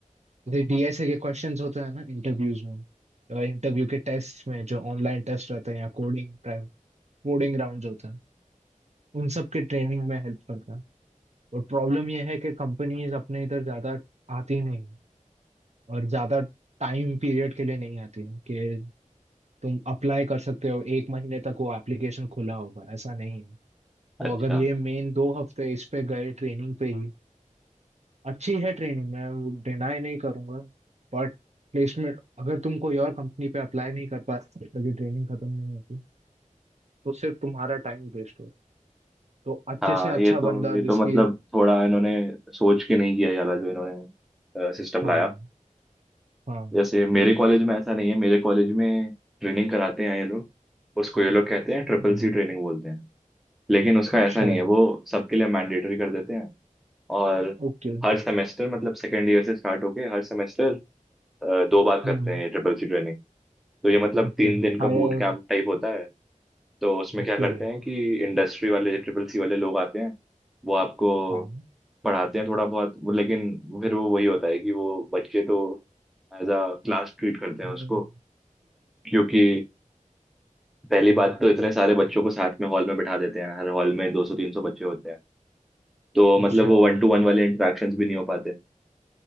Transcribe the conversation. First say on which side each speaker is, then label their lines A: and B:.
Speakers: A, on the right; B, in the centre.
A: जैसे डीएसए के क्वेश्चंस होते हैं ना इंटरव्यूज में इंटरव्यू के टेस्ट में जो ऑनलाइन टेस्ट रहते हैं या कोडिंग कोडिंग राउंड्स होते हैं उन सब के ट्रेनिंग में हेल्प करता है और प्रॉब्लम यह है कि कंपनीज अपने इधर ज्यादा आती नहीं और ज्यादा टाइम पीरियड के लिए नहीं आती है कि तुम अप्लाई कर सकते हो एक महीने तक वो एप्लीकेशन खुला होगा ऐसा नहीं है तो
B: अच्छा
A: अगर ये मेन दो हफ्ते इस पे गए ट्रेनिंग पे ही अच्छी है ट्रेनिंग मैं डिनाई नहीं करूंगा बट प्लेसमेंट अगर तुम कोई और कंपनी पे अप्लाई नहीं कर पाते तो ये ट्रेनिंग खत्म नहीं होती तो सिर्फ तुम्हारा टाइम वेस्ट हो तो अच्छे
B: हाँ
A: से अच्छा
B: ये तो
A: बंदा
B: ये तो
A: जिसकी
B: मतलब थोड़ा इन्होंने सोच के नहीं किया ये वाला जो इन्होंने सिस्टम
A: हाँ
B: लाया
A: हाँ
B: जैसे मेरे कॉलेज में ऐसा नहीं है मेरे कॉलेज में ट्रेनिंग कराते हैं ये लोग उसको ये लोग कहते हैं ट्रिपल
A: हम्म,
B: सी ट्रेनिंग बोलते हैं लेकिन उसका
A: sure
B: ऐसा नहीं है वो सबके लिए मैंडेटरी कर देते हैं और
A: ओके
B: हर सेमेस्टर मतलब सेकेंड ईयर से स्टार्ट होके हर सेमेस्टर दो बार करते
A: हम्म
B: हैं ये ट्रिपल सी ट्रेनिंग तो ये मतलब
A: ओके
B: तीन दिन का
A: हायर
B: बूट कैंप टाइप होता है तो उसमें
A: ओके
B: क्या करते हैं कि इंडस्ट्री वाले ट्रिपल सी वाले लोग आते हैं वो आपको
A: हाँ
B: पढ़ाते हैं थोड़ा बहुत वो- लेकिन फिर वो वही होता है कि वो बच्चे तो एज अ क्लास ट्रीट करते हैं
A: हम्म
B: उसको क्योंकि पहली बात तो इतने सारे बच्चों को साथ में हॉल में बैठा देते हैं हर हॉल में दो सौ तीन सौ बच्चे होते हैं
A: <laughs>
B: तो मतलब
A: अच्छा
B: वो वन टू वन वाले इंटरेक्शंस भी नहीं हो पाते